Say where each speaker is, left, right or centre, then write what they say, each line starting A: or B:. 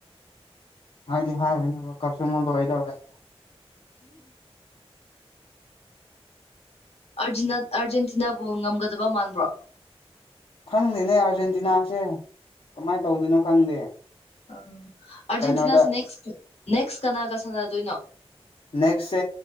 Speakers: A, on the left; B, on the left.
A: ꯍꯥꯏꯗꯤ ꯍꯥꯏꯕꯅꯦꯕ ꯀꯛꯆꯨꯝꯃ ꯂꯔꯣꯏꯗꯧꯔꯦ
B: ꯑꯥꯔꯖꯦꯟꯇꯤꯅꯥꯕꯨ ꯉꯝꯒꯗꯕ ꯃꯥꯟꯕ꯭ꯔꯣ
A: ꯈꯪꯗꯦꯅꯦ ꯑꯥꯔꯖꯦꯟꯇꯤꯅꯥꯁꯦ ꯀꯃꯥꯏꯅ ꯇꯧꯗꯣꯏꯅꯣ ꯈꯪꯗꯦ
B: ꯑ ꯑꯥꯔꯖꯦꯟꯇꯤꯅꯥꯁꯦ
A: ꯀꯩꯅꯣꯗ
B: ꯅꯦꯛꯁ ꯅꯦꯛꯁ ꯀꯅꯥꯒ ꯁꯥꯟꯅꯗꯣꯏꯅꯣ
A: ꯅꯦꯛꯁꯦ